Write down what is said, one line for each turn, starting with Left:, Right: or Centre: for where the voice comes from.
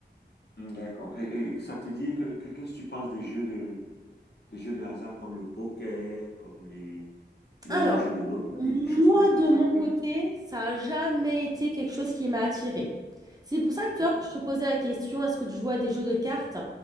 Left: Hmm, D'accord. Et, et ça te dit que, que- qu'est-ce que tu penses des jeux de des jeux de hasard comme le poker, comme les les,
Right: Alors,
Left: les jeux de loterie,
Right: moi,
Left: des choses comme ça,
Right: de
Left: ça
Right: mon
Left: te...
Right: côté, ça n'a jamais été quelque chose qui m'a attirée. C'est pour ça que tout
Left: Hmm,
Right: à l'heure que je te posais la question, est-ce que tu joues à des jeux de cartes?